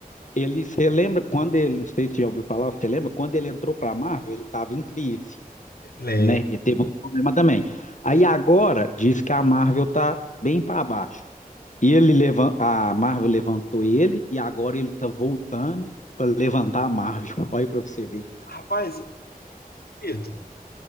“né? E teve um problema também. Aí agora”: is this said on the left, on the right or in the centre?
Left